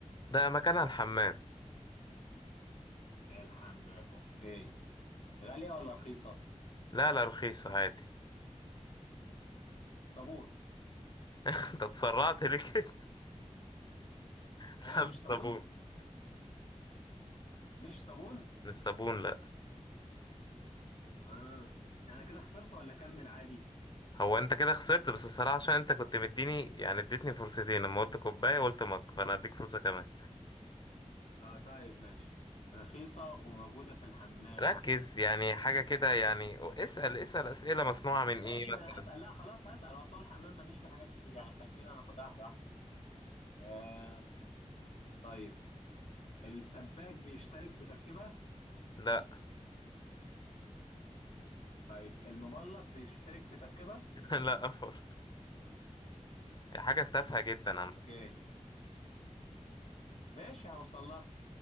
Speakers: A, on the left (about 35°); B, on the left (about 90°).
A: ده مكانها الحمام
B: الحمام أوكي غالية ولا رخيصة؟
A: لا لا رخيص عادي
B: صابون
A: <laughs> انت اتسرعت ليه كده <laughs>
B: إيه
A: لا
B: مش
A: مش صابون
B: صابون؟ مش صابون؟
A: مش صابون لا
B: آه يعني كده خسرت ولا أكمل عادي؟
A: هو انت كده خسرت بس الصراحة عشان انت كنت مديني يعني اديتني فرصتين لما قلت كوباية وقلت مج فانا هديك فرصة كمان
B: آه طيب ماشي رخيصة وموجودة في الحمام
A: ركز يعني حاجة كده يعني اسأل اسأل اسئلة مصنوعة من ايه
B: ماشي ما
A: مثلا
B: أنا هسأل لا خلاص هسأل أصل هو الحمام مفيش فيه حاجات كتير يعني خلينا ناخدها واحدة واحدة كده آه طيب السباك بيشترك في تركيبة
A: لا
B: طيب المبلط بيشترك في تركيبة
A: <laughs> لا برضه هي حاجة تافهة جدا
B: اوكي
A: عامة
B: ماشي هوصل لها